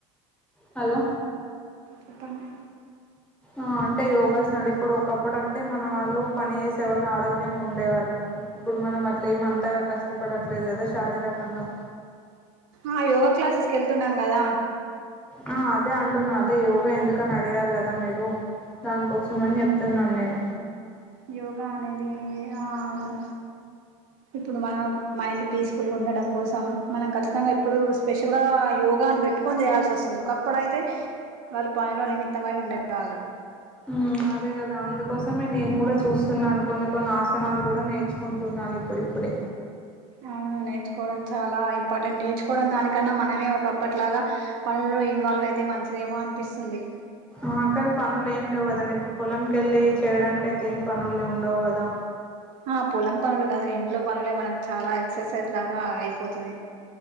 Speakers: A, in the centre; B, on the right (about 65°).
A: హలో
B: కుపం <inaudible>
A: ఆ అంటే యోగాసనాలు ఇప్పుడు ఒకప్పుడు అంటే మన వాళ్ళు పని చేసే వాళ్ళు ఆరోగ్యంగా ఉండేవారు ఇప్పుడు మనం అట్లా ఏమ అంతగా కష్టపడట్లేదు కదా శారీరకంగా
B: ఆ యోగా క్లాసెస్కి వెళ్తున్నాం కదా
A: ఆ అదే అంటున్నా అదే యోగా ఎందుకని అడిగారు కదా మీరు దాన్ కోసం అని చేప్ స్తున్నాను నేను
B: యోగా అనేది ఆ అవును ఇప్పుడు మన మైండ్ పీస్ఫుల్గా ఉండడం కోసం మనం ఖచ్చితంగా ఇప్పుడు స్పెషల్గా యోగాను పెట్టుకొని చేయాల్సి వస్తుంది ఒకప్పుడైతే వాళ్ళు పనిలో నిమిత్తమై ఉండేవాళ్ళు
A: ఉమ్ అదే గదా అందుకోసమే నేను కూడా చూస్తున్నాను కొన్ని కొన్ని ఆసనాలు కూడా నేర్చుకుంటున్నాను. ఇప్పుడిప్పుడే
B: అవును నేర్చుకొవడం చాలా ఇంపార్టెంట్ నేర్చుకోవడం దానికన్నా మనమే ఒకప్పట్లాగా పనుల్లో ఇన్వాల్వ్ అయితే మంచిదేమో అనిపిస్తుంది
A: ఆ కాని పనులు ఏం లేవు కదండి ఇప్పుడు పొలం కెళ్ళి చేయడానికి అయితే ఏం పనులు ఉండవు కదా
B: ఆ పొలం పనులు కాదు ఇంట్లో పనులే మనకు చాలా ఎక్సర్సైజ్ లాగా అయిపోతది